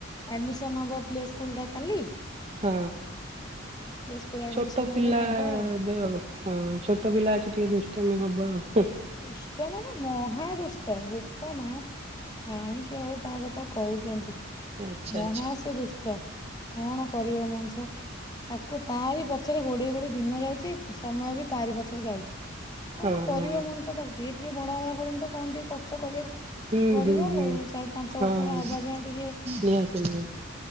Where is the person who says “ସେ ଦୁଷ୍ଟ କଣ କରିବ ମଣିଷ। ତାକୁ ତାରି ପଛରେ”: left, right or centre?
Left